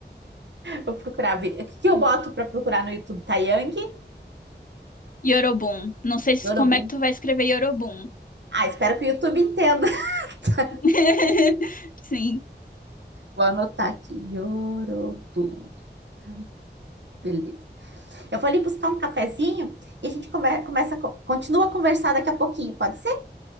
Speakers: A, on the right; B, on the left.
A: Vou procurar. Vi- O que que eu boto pra procurar no YouTube? Taeyang?
B: Yorobun. Não sei se-
A: Yorobum.
B: como é que tu vai escrever Yorobun.
A: Ah, espero que o YouTube entenda. <laughs>
B: <laughs> Sim,
A: Vou anotar aqui. Yorobum. Ai, beleza. Eu vou ali buscar um cafezinho e a gente conver- começa, continua a conversar daqui a pouquinho, pode ser?